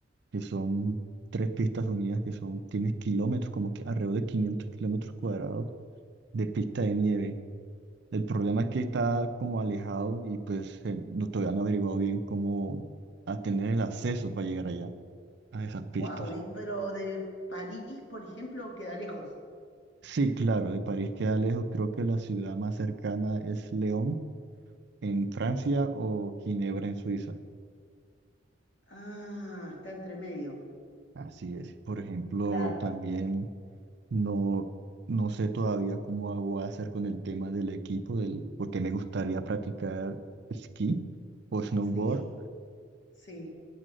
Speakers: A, on the right; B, on the left.
A: que son tres pistas unidas que son, tienen kilómetros, como que alrededor de 500 kilómetros cuadrados de pista de nieve. El problema es que está como alejado y pues eh, no, todavía no he averiguado bien cómo a tener el acceso para llegar allá, a esas pistas.
B: Wow, pero de París, por ejemplo, queda lejos.
A: Sí, claro, de París queda lejos, creo que la ciudad más cercana es León en Francia o Ginebra en Suiza.
B: Ah, está entre medio.
A: Así es. Por ejemplo,
B: Claro,
A: también no, no sé todavía cómo hago- voy a hacer con el tema del equipo, del, porque me gustaría practicar esquí o snowboard.
B: sí, sí.